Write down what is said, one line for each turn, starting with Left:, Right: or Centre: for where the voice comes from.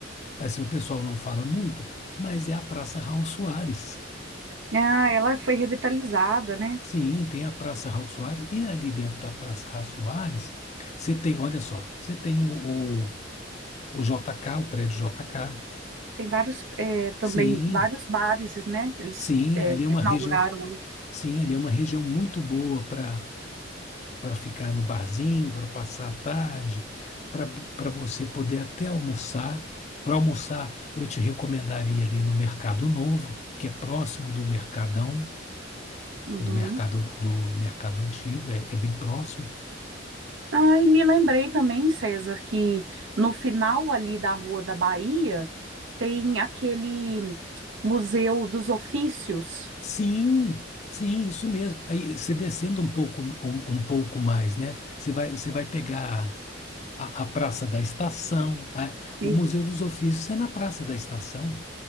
Left: assim, o pessoal não fala muito, mas é a Praça Raul Soares.
Right: Ah, ela foi revitalizada, né?
Left: Sim, tem a Praça Raul Soares, e ali dentro da Praça Raul Soares, você tem, olha só, você tem o, o, o JK, o prédio JK.
Right: Tem vários, é, também,
Left: Sim,
Right: vários bares, né, que eles
Left: sim,
Right: é,
Left: ali é uma
Right: inauguraram
Left: região,
Right: ali.
Left: sim, ali é uma região muito boa para para ficar no barzinho, para passar a tarde, para para você poder até almoçar. Para almoçar, eu te recomendaria ali no Mercado Novo, que é próximo do Mercadão,
Right: Uhum.
Left: do mercado do mercado antigo, é é bem próximo.
Right: Ah, e me lembrei também, César, que no final ali da Rua da Bahia tem aquele Museu dos Ofícios.
Left: Sim, sim, isso mesmo. Aí você descendo um pouco, um, um pouco mais, né? Você vai, você vai pegar a, a Praça da Estação, a-
Right: E-
Left: o Museu dos Ofícios é na Praça da Estação.